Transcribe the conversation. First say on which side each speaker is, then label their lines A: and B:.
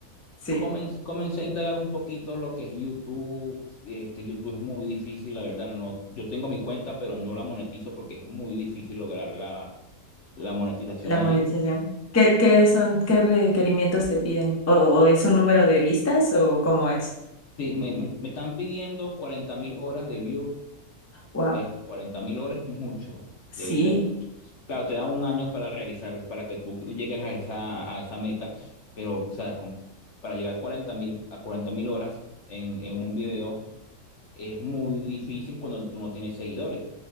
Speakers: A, on the left (about 25°); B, on the left (about 55°).
A: Sí.
B: Comen- comencé a indagar un poquito lo que es YouTube. Este, YouTube es muy difícil, la verdad. No, yo tengo mi cuenta, pero no la monetizo porque es muy difícil lograr la, la monetización
A: La
B: allí.
A: monetización. ¿Qué, qué son, qué requerimientos te piden? ¿O, o es un número de vistas o cómo es?
B: Sí, me, me- me están pidiendo cuarenta mil horas de views
A: Wow.
B: Ve que 40 mil horas es mucho,
A: Sí,
B: de verdad es mucho. Claro, te da un año para realizar, para que tú llegues a esa, a esa meta, pero, o sea, con- para llegar 40 mil, a 40 mil horas en, en un video es muy difícil cuando tú no tienes seguidores.